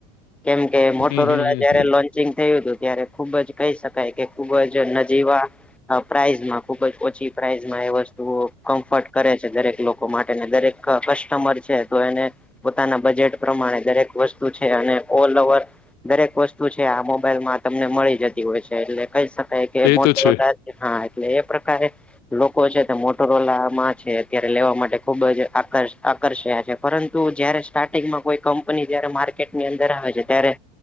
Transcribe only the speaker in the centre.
કેમ કે મોટોરોલા
જયારે લોન ચેનજ થયું હતું ત્યારે ખુબ જ કહી શકાય કે ખુબ જ એના જેવા અહ પ્રાઈઝમાં ખુબ જ ઓછી પ્રાાઈઝમાં એ વસ્તુઓ કમ્ફર્ટ કરે છે દરેક લોક કો માટે ને દરેક કસ્ટમર છે તો એને પોતાના બજેટ પ્રમાણે દરેક વસ શું છે અને ઓલ ઓવર દરેક વસ્તુ છે આ મોબાઈલ માં તમને મળી જતી હોય છે એટલે કઈ શક કઈ કે
મોટો
રોલા હા એટલે એ પ્રકારે લોકો છે તે મોટોરોલા માં છે અત્યારે લેવા માટે ખુબ જ આકાર આકર્ષા છે. પરંતુ જયારે સ્ટાર્ટિંગમાં કોઈ કંપની જયારે માર્કેટની અંદર આવે છે ત્યારે